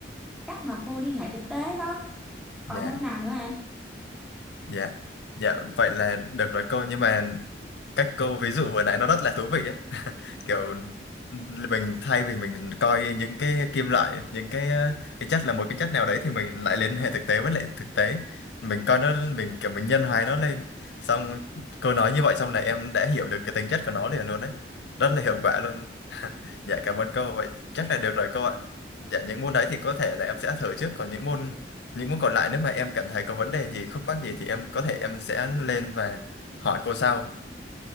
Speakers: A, in the centre; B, on the left (about 75°).
A: cách mà cô liên hệ thực tế đó còn
B: dạ
A: môn nào nữa em
B: dạ dạ vậy là được rồi cô nhưng mà cách câu ví dụ vừa nãy nó rất là thú vị ấy kiểu mình thay vì mình coi những cái kim loại những cái ờ, cái chất là một cái chất nào đấy thì mình lại liên hệ thực tế với lại thực tế mình coi nó mình kiểu mình nhân hóa nó lên xong cô nói như vậy xong là em đã hiểu được cái tính chất của nó liền luôn đấy rất là hiệu quả luôn <laughs> dạ cảm ơn cô vậy chắc là được rồi cô ạ dạ những môn đấy thì có thể là em sẽ thử trước còn những môn những môn còn lại nếu mà em cảm thấy có vấn đề gì khúc mắc gì thì em có thể em sẽ lên và hỏi cô sau